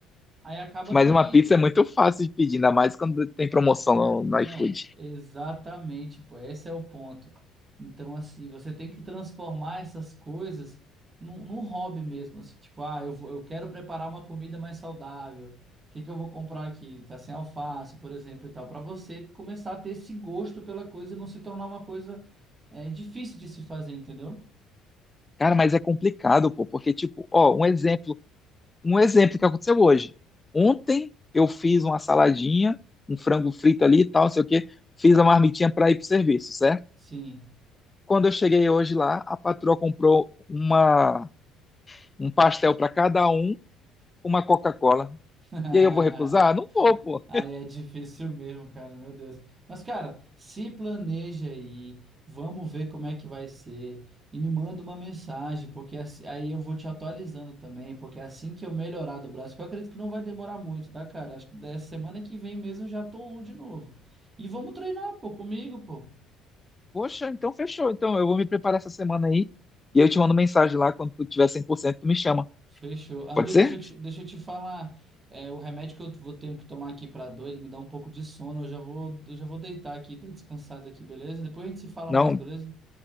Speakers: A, on the right; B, on the left.
A: Aí acaba
B: Mas
A: que
B: uma pizza é muito fácil de pedir, ainda mais quando tem promoção no, no
A: Não,
B: iFood.
A: exatamente, pô, esse é o ponto. Então, assim, você tem que transformar essas coisas num, num hobby mesmo, assim, tipo, ah, eu vou, eu quero preparar uma comida mais saudável. O que que eu vou comprar aqui? Tá sem alface, por exemplo, e tal, para você começar a ter esse gosto pela coisa e não se tornar uma coisa é, difícil de se fazer, entendeu?
B: Cara, mas é complicado, pô, porque, tipo, ó, um exemplo um exemplo que aconteceu hoje. Ontem eu fiz uma saladinha, um frango frito ali e tal, não sei o quê, fiz a marmitinha para ir pro serviço, certo?
A: Sim.
B: Quando eu cheguei hoje lá, a patroa comprou uma, um pastel para cada um, uma Coca-Cola.
A: <laughs>
B: E aí eu vou recusar? Não vou, pô.
A: Aí é difícil mesmo, cara, meu Deus. Mas, cara, se planeja aí, vamos ver como é que vai ser. E me manda uma mensagem, porque assim- aí eu vou te atualizando também, porque é assim que eu melhorar do braço, que eu acredito que não vai demorar muito, tá, cara? Acho que da semana que vem mesmo eu já tô on de novo. E vamos treinar, pô, comigo, pô.
B: Poxa, então fechou. Então eu vou me preparar essa semana aí e eu te mando mensagem lá quando tu tiver 100%, tu me chama.
A: Fechou. Amigo,
B: Pode ser?
A: deixa eu te, deixa eu te falar. é, o remédio que eu vou ter que tomar aqui pra dor, ele me dá um pouco de sono. Eu já vou, eu já vou deitar aqui, tô descansado aqui, beleza? Depois a gente se fala
B: Não?
A: mais, beleza?